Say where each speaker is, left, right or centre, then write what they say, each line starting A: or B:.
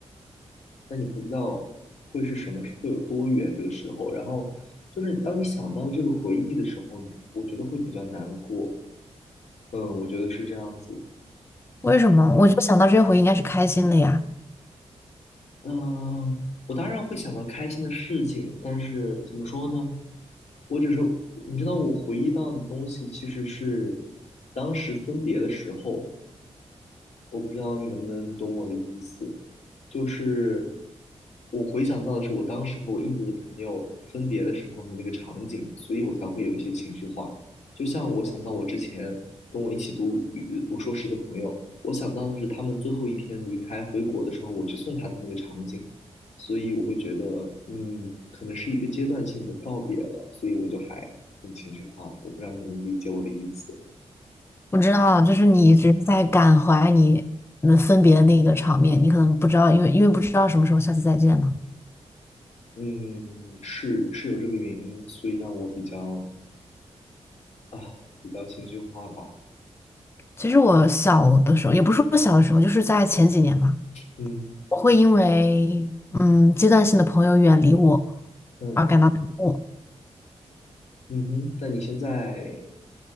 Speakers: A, on the left (about 80°); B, on the left (about 20°).
A: 但你不知道会是什么，会有多远这个时候，然后就是当你想到这个回忆的时候，我觉得会比较难过，嗯，我觉得是这样子。
B: 为什么？我就想到这些回忆应该是开心的呀。
A: 嗯，我当然会想到开心的事情，但是怎么说呢？我只是，你知道，我回忆到的东西其实是当时分别的时候。我不知道你能不能懂我的意思，就是我回想到的是我当时和我印度的朋友分别的时候的那个场景，所以我才会有一些情绪化。就像我想到我之前跟我一起读语读硕士的朋友，我想到的是他们最后一天离开回国的时候，我去送他的那个场景，所以我会觉得，嗯，可能是一个阶段性的告别了，所以我就还挺情绪化的。我不知道你能不能理解我的意思。
B: 我知道，就是你一直在感怀你们分别的那个场面，你可能不知道，因为因为不知道什么时候下次再见嘛。
A: 嗯，是是有这个原因，所以让我比较啊比较情绪化吧。
B: 其实我小的时候，也不是说小的时候，就是在前几年嘛。
A: 嗯
B: 我会因为嗯阶段性的朋友远离我
A: 嗯
B: 而感到难过，
A: 嗯哼，但你现在，